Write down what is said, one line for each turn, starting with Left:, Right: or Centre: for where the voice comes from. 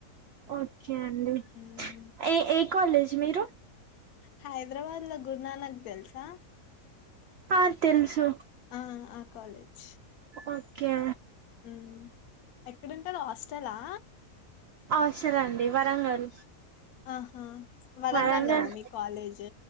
Right: ఓకే అండి
Left: ఉహు
Right: ఏ ఏ కాలేజ్ మీరు.
Left: హైద్రాబాద్ లో గురునానక్ దెల్సా.
Right: ఆహ్ తెల్సూ.
Left: ఆహ్ ఆ కాలేజ్.
Right: ఓకే.
Left: ఉమ్ ఎక్కడుంటారు హాస్టలా
Right: హాస్టలండి వరంగల్.
Left: ఆహా! వరంగల్‌లోనా
Right: వరంగల్
Left: మీ కాలేజు?